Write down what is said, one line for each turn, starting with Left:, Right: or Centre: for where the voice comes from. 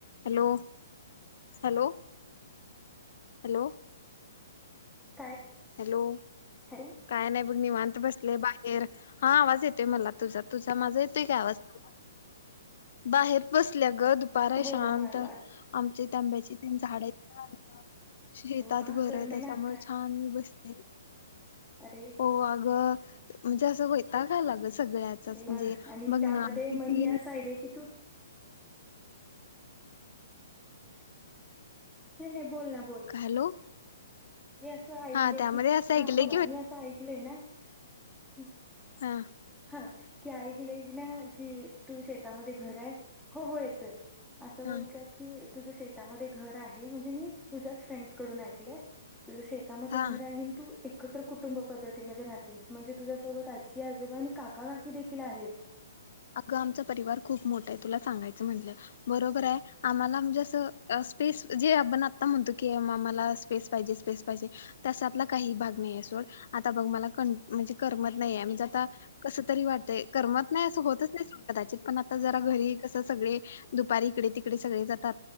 Left: Hello hello hello.
Centre: <inaudible>
Left: Hello
Centre: hello
Left: काय नाही बघ निवात. बसले बाहेर हा आवाज येत ते मला तुझा तुझा माझा ते काय वाजत बाहेर बसल्या ग दुपार
Centre: हो
Left: शांत
Centre: हो मला
Left: आमचे आब्याची तेन झाड आहेत <inaudible> शेतात
Centre: हो का
Left: घर
Centre: करमे
Left: आहे त्याच्यामुळे
Centre: ना काय
Left: छान मी
Centre: अरे
Left: हो अग म्हणजे असं वैताग अला ग. सगळ्याचाच
Centre: अरे बर
Left: म्हणजे
Centre: आणि
Left: बघ
Centre: त्यामध्ये
Left: ना किती
Centre: मग मी असं आहिलय की तू नाही नाही बोल ना बोल <inaudible>
Left: हॅलो
Centre: मी असं ऐकलंय
Left: हा त्यामध्ये
Centre: की तू
Left: असं ऐकलंय
Centre: हां बोला
Left: की
Centre: मी असं ऐकलंय ना हम्
Left: हां
Centre: हा की ऐकलंय की ना की तू शेतामध्ये घर आहे हो हो येतोय. असं
Left: हा
Centre: बोलतात की. तुझं शेतामध्ये घर आहे म्हणजे मी तुझ्याच फ्रेंडस कडून ऐकलय. तुझ शेतामध्ये
Left: हा
Centre: घर आहे आणि तू एकत्र कुटुंब पद्धतीमध्ये राहतेस म्हणजे तुझ्यासोबत आजी आजोबा आणि काका काकी देखील आहेत.
Left: अगं आमचा परिवार खूप मोठा आहे तुला सांगायचं म्हटलं. बरोबर आहे आम्हाला म्हणजे असं स्पेस जे आपण आता म्हणतो की आम्हाला स्पेस पाहिजे स्पेस पाहिजे त्याशतला काही भाग नाही आहे सोड आता बघ मला क म्हणजे करमत नाही आहे म्हणजे आता कस तरी वाटत करमत नाही असं होत. दा पण आ ज घरी कस सग दुपारी इकडे तिकडे सग जातात